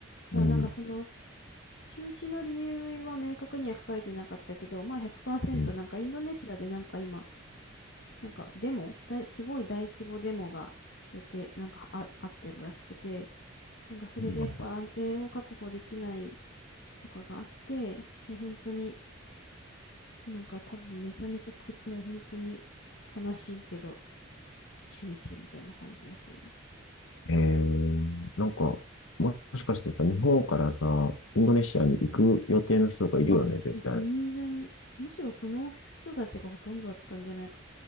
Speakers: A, on the left (about 55°); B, on the left (about 75°).
A: まあなんかその、
B: うん、
A: 中止の理由は明確には書かれてなかったけど、まあ100%
B: うん、
A: なんかインドネシアでなんか今、なんかデモ、大すごい大規模デモが予定、なんかあ、あってるらしくて、なんかそれでやっぱ安全を確保できない
B: そうなんだ。
A: とかがあって、もう本当になんか多分めちゃめちゃく、もう本当に悲しいけど中止みたいな感じらしいよ。
B: えー、なんか、もしかしてさ、日本からさ、インドネシアに行く予定の人がいるよね、
A: あ、
B: 絶対。
A: もう全然、むしろその人たちがほとんどだったんじゃないか